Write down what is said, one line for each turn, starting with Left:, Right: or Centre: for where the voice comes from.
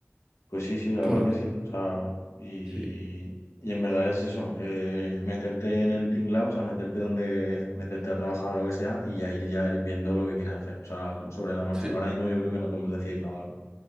Left: Pues sí, sí, la
Right: Porque...
Left: verdad que sí. O sea, y,
Right: Sí,
Left: y en verdad es eso, eh, meterte en el tinglao, o sea, meterte donde, meterte a trabajar o lo que sea, y ya ir ya ir viendo lo que quieres hacer, o sea, sobre la marcha.
Right: sí,
Left: Ahora mismo yo creo que no podemos decir nada. aún.